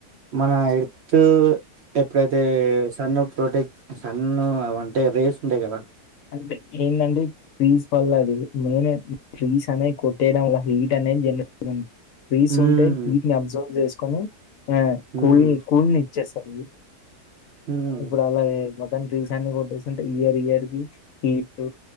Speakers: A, on the right (about 60°); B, on the left (about 70°).
A: మన ఎర్త్ ఎప్పుడైతే సన్న ప్రొటెక్ట్ కన్ను
B: ఉమ్.
A: అవంటే రేస్ ఉండేకదా
B: అంటే ఏంటంటే పూజ వాళ్ళ అది మెయిన్ ట్రీస్ అనేది కొట్టేయడం వల్ల హీట్ అనేది జనరేట్ అయ్యింది ట్రీస్
A: హ్మ్.
B: ఉంటే వీట్ని అబ్జర్వ్ చేసు కానీ ఆ
A: హ్మ్.
B: కూల్ని కూల్ని చేస్ అయి
A: హ్మ్.
B: ఇప్పుడు అలాగే మొత్తాం ట్రీస్ అన్ని కొట్టేసింటే ఇయర్ ఇయర్ కి హీట్